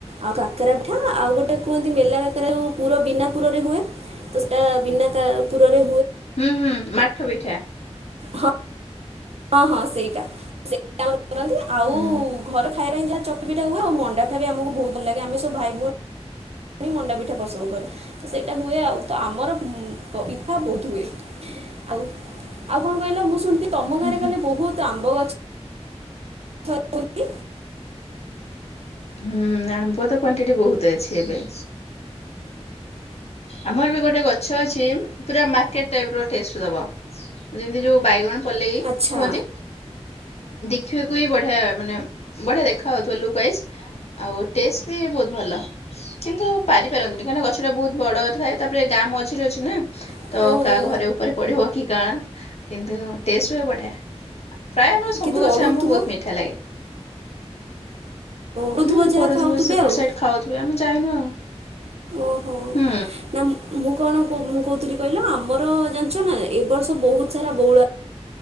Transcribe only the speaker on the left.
ହୁଁ ହୁଁ ମାଠ ପିଠା।
ହୁଁ
ହୁଁ ହୁଁ।
ହୁଁ ଆମ୍ବ ତ କ୍ଵାଣ୍ଟିଟି ବହୁତ ଅଛି ଏବେ। ଆମର ବି ଗୋଟେ ଗଛ ଅଛି। ପୁରା ମାର୍କେଟ ଟାଇପ ର ଟେଷ୍ଟ ଦ ଯେମତି ଯୋଉ ବାଇଗଣ। ପଲେଇ
କୁହନ୍ତି। ଦେଖିବାକୁ ବି ବଢିଆ ମାନେ ବଢିଆ ଦେଖା ହାଉଥିବ ଲୁକ୍ ୱାଇଜ ଆଉ ଟେଷ୍ଟ ବି ବହୁତ ଭଲ କିନ୍ତୁ ପାରିପାରନ୍ତିନି କାହିଁକିନା ଗଛଟା ବହୁତ। ବଡ ଥାଏ ତାପରେ ଗାଁ ମଝିରେ ଅଛି ନା।
ତ
କାହା ଘରେ ଉପରେ ପଢିବ କି କାଣା। କିନ୍ତୁ ଟଷ୍ଟ ହୁଏ ବଢିଆ। ପ୍ରାୟ ଆମର ସବୁ
ଗଛ ଆମ୍ବ ବହୁତ ମିଠା ଲାଗେ।
ହୁଁ
ପଢୁଥିବ
ସେପଟେ
ସୋଇଠ ଖାଉଥିବେ ଆମେ ଯାଇନୁ ଆଉ।
ହୁଁ